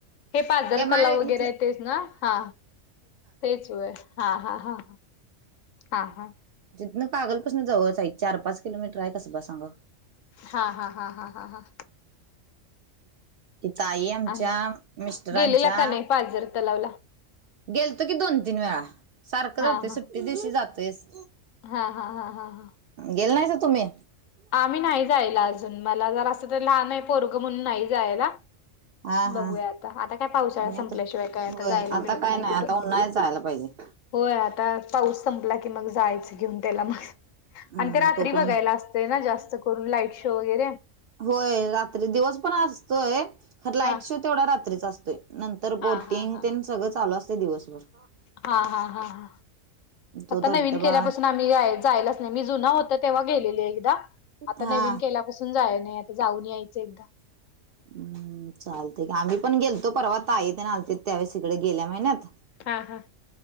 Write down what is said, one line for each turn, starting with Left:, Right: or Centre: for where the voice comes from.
Left: हे पाजर
Right: एम
Left: तलाव
Right: आय
Left: वगैरे
Right: इथलं
Left: आहे तेच ना हा तेच व हा हा ह, हा हा.
Right: तिथन कागलपासून जावळ सा चार पाच किलोमीटर आहे कसं ब सांग.
Left: हा हा हा हा हा हा.
Right: ताई आमच्या
Left: आणि काय
Right: मिस्टरांच्या,
Left: गेलेला का नाही पाझर तलाव,
Right: गेलतो की दोन तीन वेळा सारखं
Left: हा
Right: जातोय
Left: हा
Right: सुट्टी दिवशी जातोयस.
Left: हा हा हा हा हा
Right: गेल नाही तुम्ही,
Left: आम्ही नाही जायला अजून मला जर असं तर लहान आहे पोरग म्हणून नाही जायला.
Right: हा हा
Left: बघूया आता आता काय पावसाळा
Right: मी
Left: संपल्याशिवाय
Right: आता
Left: काय आता
Right: होय
Left: जायला मिळत
Right: आता काय
Left: नाही कुठं,
Right: आता उन्हाळ्यात जायला पाहिजे
Left: होय आता पाऊस संपला की मग जायचं घेऊन त्याला मग
Right: हम्म
Left: आणि ते रात्री
Right: तोपर्यंत
Left: बघायला असत. ते ना जास्त करून लाईट शो वगैरे
Right: होय रात्री दिवस पण असतोय खर लाईट
Left: हा.
Right: शो तेवढा रात्रीच असतोय. नंतर
Left: हा
Right: बोटिंग
Left: हा हा
Right: ते
Left: हा.
Right: सगळं चालू असतते दिवसभर ष
Left: हा हा हा ह
Right: तो
Left: आता
Right: धबधबा
Left: नवीन केल्यापासून यलाच नाही मी जु होत तेव्हा गेले एक आता
Right: हा
Left: नवीन केल्या जाय नाही आता जाऊन यायचं एकदा
Right: हम्म चालते आम्ही पण गेलतो परवा ता येत ना ते त्यावेळेस इकडे गेल्या महिन्यात
Left: हा हा.